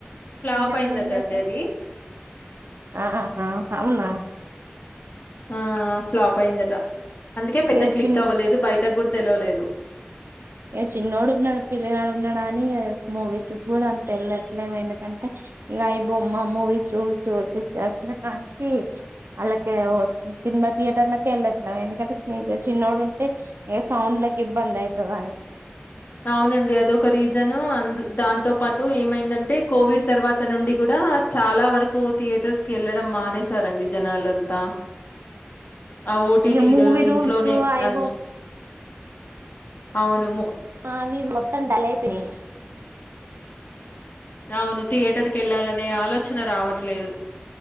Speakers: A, on the left; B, on the right.
A: ఫ్లాప్
B: చిన్నాడు
A: అయిందట
B: ఉన్నాడు
A: అండి
B: సార్
A: అది
B: ఆహా అవునా
A: ఆ ఫ్లాప్ అయిందట అందుకే పెద్ద
B: ఇగ
A: క్లిక్
B: చిన్
A: అవ్వలేదు బయట గుడ తెలవలేదు.
B: ఏ చిన్నోడు ఉన్నడు. పిల్లగాడు ఉన్నాడు అని మూవీస్ గుడా అంత ఎళ్ళట్లేము ఎందుకంటే ఇగ ఐ బొమ్మ మూవీస్ రూల్స్ వ వచ్చేస్త వచ్చిన కాంతి అళ్ళకే ఓ సినిమా థియేటర్ లకే వెళ్ళట్ల. ఎందుకంటే చిన్నోడు ఉంటే ఇక సౌండ్ లకి ఇబ్బంది అయితది అని
A: అవునండి అదొక రీజను అందు దాంతో పాటు ఏమైందంటే కోవిడ్ తర్వాత నుండి కూడా చాలా వరకు థియేటర్స్ కి వెళ్ళడం మానేసారండి జనాలుంతా ఆ ఓటీటీలు
B: ఇగ మూవీ రూల్స్
A: ఇంట్లోనే
B: అయి
A: అ
B: బొమ్మ
A: అవును మ్
B: ఆ వి మొత్తం డల్ అయిపోయినయి.
A: అవును థియేటర్ కు ఏళ్లాలనే ఆలోచన రావట్లే లేదు.